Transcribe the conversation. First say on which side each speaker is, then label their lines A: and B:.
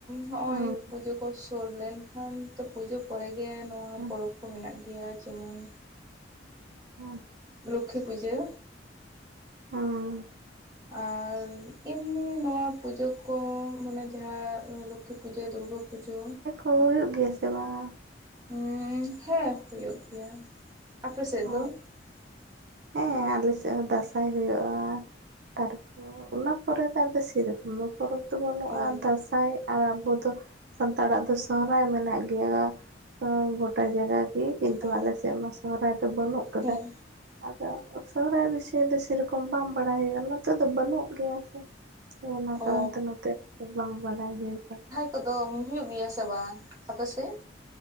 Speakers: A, on the right; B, on the right.
A: ᱱᱚᱜᱼᱚᱭ
B: ᱦᱮᱸ
A: ᱯᱩᱡᱟᱹ ᱠᱚ ᱥᱩᱨ ᱞᱮᱱᱠᱷᱟᱱ ᱯᱩᱡᱟᱹ ᱯᱚᱨᱮ ᱜᱮ ᱱᱚᱣᱟ
B: ᱦᱮᱸ
A: ᱯᱚᱨᱚᱵᱽ ᱠᱚ ᱢᱮᱱᱟᱜ ᱜᱮᱭᱟ ᱡᱮᱢᱚᱱ
B: ᱦᱮᱸ
A: ᱞᱚᱠᱠᱷᱤ ᱯᱩᱡᱟᱹ
B: ᱚ
A: ᱟᱨ ᱮᱢᱱᱤ ᱱᱚᱣᱟ ᱯᱩᱡᱟᱹ ᱠᱚ ᱢᱟᱱᱮ ᱡᱟᱦᱟᱸ ᱞᱚᱠᱠᱷᱤ ᱯᱩᱡᱟᱹ ᱫᱩᱨᱜᱟᱹ ᱯᱩᱡᱟᱹ
B: ᱚ ᱦᱩᱭᱩᱜ ᱜᱮᱭᱟ ᱥᱮ ᱵᱟᱝ
A: ᱩ ᱦᱮᱸ ᱦᱩᱭᱩᱜ ᱜᱮᱭᱟ ᱟᱯᱮ ᱥᱮᱫ
B: ᱚ
A: ᱫᱚ <inaudible>
B: ᱦᱮᱸ ᱟᱞᱮ ᱥᱮᱫ ᱦᱚᱸ ᱫᱟᱸᱥᱟᱭ ᱦᱩᱭᱩᱜᱼᱟ ᱛᱟᱨᱯᱚᱨ ᱚᱱᱟ ᱯᱚᱨᱮ ᱫᱚ ᱟᱫᱚ ᱥᱮᱨᱚᱠᱚᱢ ᱫᱚ ᱯᱚᱨᱚᱵᱽ ᱫᱚ ᱵᱟᱹᱱᱩᱜᱼᱟ
A: ᱚ
B: ᱫᱟᱥᱟᱸᱭ ᱟᱨ ᱟᱵᱚ ᱫᱚ ᱥᱟᱱᱛᱟᱲᱟᱜ ᱫᱚ ᱥᱚᱦᱨᱟᱭ ᱢᱮᱱᱟᱜ ᱜᱮᱭᱟ ᱜᱚᱴᱟ ᱡᱟᱭᱜᱟ ᱜᱮ ᱠᱤᱱᱛᱩ
A: ᱚ
B: ᱟᱞᱮ ᱥᱮᱫ ᱢᱟ ᱥᱚᱦᱨᱟᱭ ᱫᱚ ᱵᱟᱹᱱᱩᱜ ᱠᱟᱫᱟ
A: ᱦᱮᱸ
B: ᱟᱫᱚ ᱥᱚᱦᱨᱟᱭ ᱵᱤᱥᱚᱭ ᱫᱚ ᱥᱮᱭᱨᱚᱠᱚᱢ ᱵᱟᱝ ᱵᱟᱲᱟᱭ ᱦᱩᱭᱩᱜ-ᱟ ᱱᱚᱛᱮᱫᱚ ᱵᱟᱹᱱᱩᱜ ᱜᱮᱭᱟ ᱥᱮ ᱚᱱᱟ
A: ᱚ
B: ᱠᱟᱨᱚᱱ ᱛᱮ ᱱᱚᱛᱮ ᱵᱟᱝ ᱵᱟᱰᱟᱭ ᱦᱩᱭ ᱟᱠᱟᱱᱟ
A: ᱠᱚᱫᱚᱢ ᱦᱩᱭᱩᱜ ᱜᱮᱭᱟ ᱥᱮ ᱵᱟᱝ ᱟᱯᱮᱥᱮᱫ